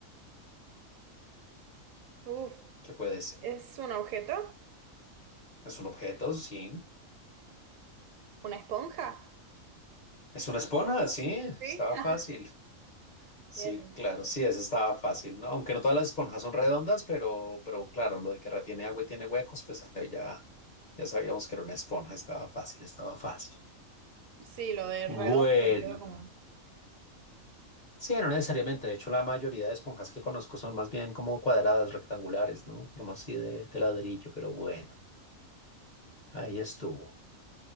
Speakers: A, on the right; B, on the left.
A: Uf.
B: ¿Qué puede ser?
A: ¿Es un objeto?
B: ¿Es un objeto? Sí.
A: ¿Una esponja?
B: ¿Es una espona? Sí, estaba
A: Sí. <laughs>
B: fácil. Sí,
A: Bien.
B: claro, sí, eso estaba fácil, ¿no? Aunque no todas las esponjas son redondas, pero, pero claro, lo de que retiene agua y tiene huecos, pues ahí ya, ya sabíamos que era una esponja, estaba fácil, estaba fácil.
A: Sí, lo de
B: Bueno,
A: redondo me quedó como.
B: sí, no necesariamente, de hecho la mayoría de esponjas que conozco son más bien como cuadradas, rectangulares, ¿no? Forma así de, de ladrillo, pero bueno, ahí estuvo.